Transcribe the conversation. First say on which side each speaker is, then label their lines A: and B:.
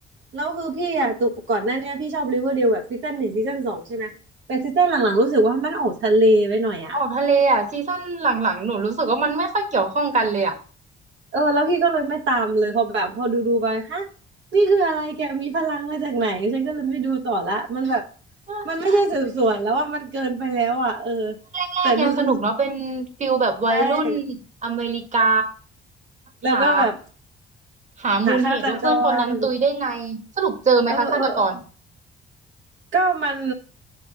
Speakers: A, on the right; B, on the right.
A: แล้วคือพี่อะตกก่อนหน้าเนี้ยพี่ชอบริเวอร์เดลแบบซีซั่นหนึ่งซีซั่นสองใช่ไหมแต่ซีซั่นหลังๆรู้สึกว่ามันออกทะเลไปหน่อยอะ
B: ออกทะเลอ่ะซีซั่นหลังๆหนูรู้สึกว่ามันไม่ค่อยเกี่ยวข้องกันเลยอ่ะ
A: เออแล้วพี่ก็เลยไม่ตามเลยพอแบบพอดูดูไปฮะนี่คืออะไรแกมีพลังมาจากไหนฉันก็เลยไม่ดูต่อละมันแบบ
B: <laughs>
A: มันไม่ใช่สืบสวนแล้วว่ามันเกินไปแล้วอ่ะเออ
B: แรกๆยังสนุกเนาะเป็นฟิลแบบวัยรุ่น
A: แต่ดูจนใช่
B: อเมริกา
A: แล้วก็แบบ
B: หาหามูลเหตุว่าเพื่อนคนนั้นตุยได้ไงสรุปเจอไหมคะฆาตกร
A: หาฆาตกรเออเออเออก็มัน